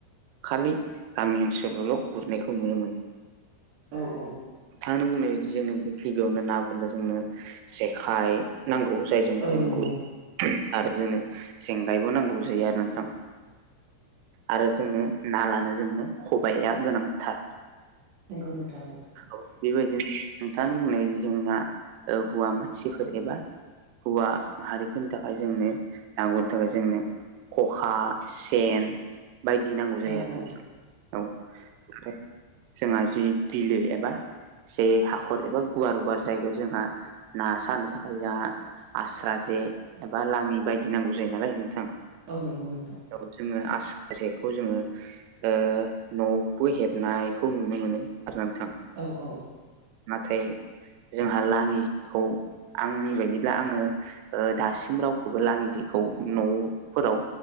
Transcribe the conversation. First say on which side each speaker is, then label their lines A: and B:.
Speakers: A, on the right; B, on the right.
A: खालि गामि ओनसोलावल' गुरनायखौ नुनो मोनो।
B: औ औ।
A: थांङानो बुंनाय बायदि जोंनो गिबियावनो ना गुरनो जोंनो जेखाइ नांगौ जायजों
B: औ
A: जों
B: नंगौ
A: गुद <unintelligible> आरो जोंनो जेंगायबो नांगौ जायो आरो नोंथां। आरो जोङो ना लानो जोङो खबाइया गोनांथार।
B: नोंगौ नोंथां औ।
A: औ बेबायदि नोंथाङा बुंनाय जोंना औ हौवा मानसिफोर एबा हौवा माहारिफोरनि थाखाय जोंनो ना गुरनो थाखाय जोंनो ख'खा सेन बायदि नांगौ
B: औ
A: जायो आरो नों
B: औ
A: औ <inaudible> जोंहा जि बिलो एबा जे हाखर एबा गुवार गुवार जायगायाव जोंहा ना सानो थाखाय जोंहा आस्रा जे एबा लांङि बायदि नांगौ जायो नालाय नोंथां।
B: औ नोंगौ नोंथां।
A: औ जोङो आस्रा जेखौ जोङो ओ न'आवबो हेबनायखौ नुनो मोनो आरोना नोंथां।
B: औ औ।
A: नाथाय जोंहा लांङि जिखौ आंनि बायदिब्ला आंङो ओ दासिम रावखौबो लाङि जेखौ न'फोराव